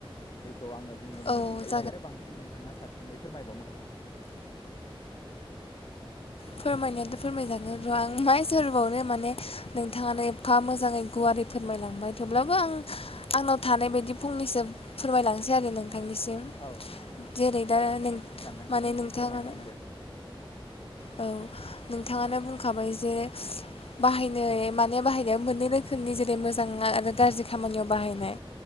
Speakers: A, on the left; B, on the left.
A: जेखौ आङो बुंदोंमोन
B: औ
A: बेनिफ्राय आरो बांसिन नोंथाङा साबसिनै फोरमायबावनो हागोन नामा?
B: फोरमायनायाथ' फोरमायजागोन र' आं मा एनसारबावनो माने नोंथाङानो एफा मोजाङै गुवारै फोरमायलांबाय थेवब्लाबो आं आंनाव थानाय बायदि फंनैसो फोरमायलांनोसै आरो नों थांनिसिम
A: औ नोंथां दे
B: जेरै दा
A: नोंथांनि
B: नों
A: सानदांथिजों
B: माने नोंथाङानो
A: एसे फोरमायनानै होदो आंनो
B: औ। नोंथाङानो बुंखाबाय जे बाहायनाय माने बाहायनायाव मोननै रोखोमनि जेरै मोजां आरो गाज्रि खामानियाव बाहायनाय।